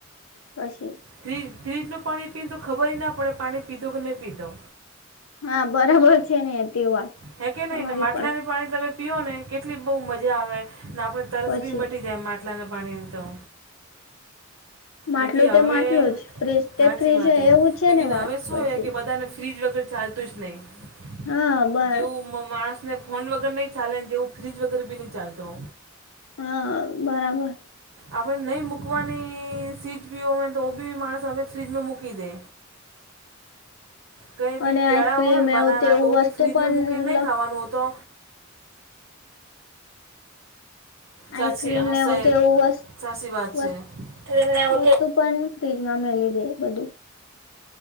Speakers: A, on the left (about 85°); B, on the right (about 85°).
A: પછી
B: ફ્રીજ ફ્રીજ નું પાણી પીને તો ખબર ના પડે પાણી પીધો કે નહી પીધો.
A: હા બરાબર છે ને તે વાત.
B: હે કે
A: તમારી
B: નહી ને માટલાની
A: પણ
B: પાણી તમે પીઓ ને કેટલી બહુ મજા આવે ને આપણે તરસ
A: પછી
B: બી મટી જાય માટલાના પાણી ના તો.
A: માટલું
B: લેકી
A: તે
B: હવે
A: માટલું જ ફ્રીજ
B: સાચી
A: તે ફ્રીજ
B: વાત હે
A: એવું છે
B: લેકિન
A: ને વાત
B: હવે શું
A: પછી
B: હે કે બધાને ફ્રીજ વગર ચાલ ચાલતું જ નહી
A: હા બ
B: જેવું મા માણસને ફોન વગર નહીં ચાલે જેવું ફ્રીજ વગર બી નહી ચાલતો.
A: હા બરાબર.
B: આપણે નહી મૂકવાની <unintelligible> પી હોયને તો બી માણસ હવે ફ્રીજમાં મૂકી દે. ક કે
A: અને
B: કેળા
A: આઈસ્ક્રીમ
B: હોય ને
A: એવું
B: બનાના
A: તેવું
B: તો બી
A: વસ્તુ
B: ફ્રીજમાં
A: પણ
B: મૂકીને નહી ખાવાનું હો તો.
A: આઈસક્રીમ
B: સાચી હા
A: નહી હોતી વાસ
B: સાચી વાત
A: વાસ
B: છે. એમને ઉતે
A: વાસ વસ્તુ પણ ફ્રીજમાં મેલી દે બધું.